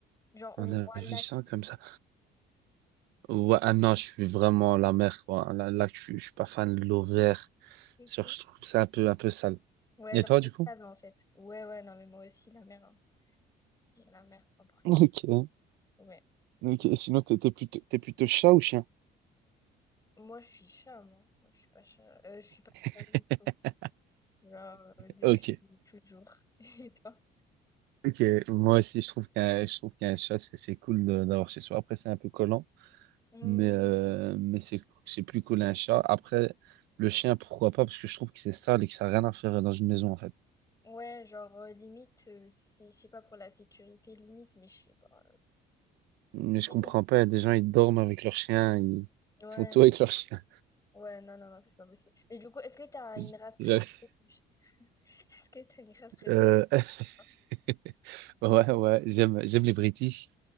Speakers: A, on the left; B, on the right.
A: Genre, ou,
B: En
A: ou
B: réfléchissant
A: un lac.
B: comme ça. Ouais, ah non, je suis vraiment la mer, quoi. Là, là, je suis, je suis pas fan de l'eau verte.
A: Ok.
B: Sur- Je trouve ça un peu, un peu sale.
A: Ouais,
B: Et
A: genre,
B: toi,
A: c'est
B: du
A: stable,
B: coup?
A: en fait. Ouais, ouais, non, mais moi aussi, la mer, hein. Je dirais la mer, à cent pour cent.
B: <laughs> Ok.
A: Ouais.
B: Ok, et sinon, t'es t'es plutôt, t'es plutôt chat ou chien?
A: Moi, je suis chat, moi. Moi, je suis pas chat. Euh, je suis pas chat
B: <laughs>
A: du tout. Genre, euh, depuis
B: Ok.
A: toujours. <laughs> Et toi?
B: Ok, moi aussi je trouve qu'un je trouve qu'un chat c'est c'est cool de- d'avoir chez soi. Après c'est un peu collant,
A: Hmm,
B: mais euh, mais c'est c'est plus cool un chat. Après le chien pourquoi pas parce que je trouve que c'est sale et que ça n'a rien à faire dans une maison en fait.
A: Ouais, genre, euh, limite, euh, c'est, je sais pas, pour la sécurité, limite, mais je sais pas. euh.
B: Mais je
A: Mais
B: comprends
A: du coup-
B: pas, il y a des gens ils dorment avec leur chien, ils
A: ouais,
B: font tout avec leur chien.
A: ouais, non, non, non, ça, c'est pas possible. Mais du coup, est-ce que t'as
B: <laughs>
A: une race préférée
B: Je-
A: de chat? <laughs> Est-ce que t'as une race préférée,
B: euh, <laughs>
A: toi?
B: ouais ouais, j'aime j'aime les British,